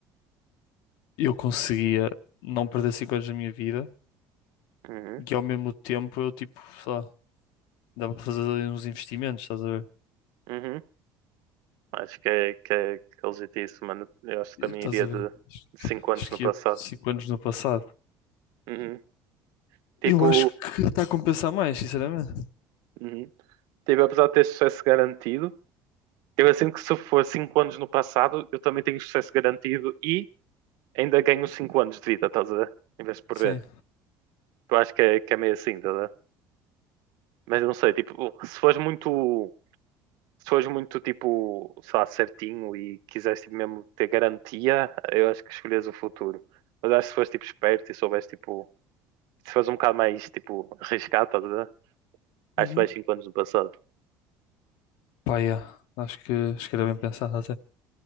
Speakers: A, on the left; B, on the right.
A: eu conseguia não perder 5 anos da minha vida
B: Uhum,
A: e ao mesmo tempo eu, tipo, sei lá, dava para fazer ali uns investimentos, estás a ver?
B: uhum. Acho que é, que é, que é legítimo isso, mano. Eu acho que
A: Estás
B: também iria
A: a
B: de
A: ver?
B: de 5 anos
A: Acho
B: no
A: que
B: passado.
A: ia 5 anos no passado.
B: Uhum. Tipo,
A: Eu acho que está a compensar mais, sinceramente.
B: uhum. Tipo, apesar de ter sucesso garantido, eu sinto que se for 5 anos no passado, eu também tenho sucesso garantido e ainda ganho 5 anos de vida, estás a ver? Em vez de perder.
A: Sim.
B: Eu acho que é, que é meio assim, estás a ver? Mas eu não sei, tipo, se fores muito, se fores muito, tipo, sei lá, certinho e quiseres tipo, mesmo ter garantia, eu acho que escolhes o futuro. Mas acho que se fores, tipo, esperto e souberes, tipo, se fores um bocado mais, tipo, arriscado, estás a ver? Acho
A: Uhum.
B: que vais cinco anos no passado.
A: Pá, yeah. Acho que, acho que era bem pensado até.